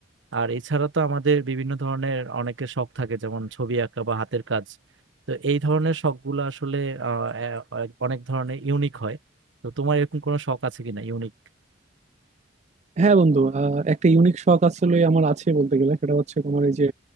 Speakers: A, on the right; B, on the right.
A: আর এছাড়া তো আমাদের বিভিন্ন ধরনের অনেকের শখ থাকে যেমন ছবি আঁকা বা হাতের কাজ তো এই ধরনের শখগুলো আসলে আহ, এ- অনেক ধরনের ইউনিক হয় তো তোমার এরকম কোনো শখ আছে কিনা ইউনিক
B: হ্যাঁ বন্ধু আহ, একটা ইউনিক শখ আসলে আমার আছে বলতে গেলে সেটা হচ্ছে তোমার এই যে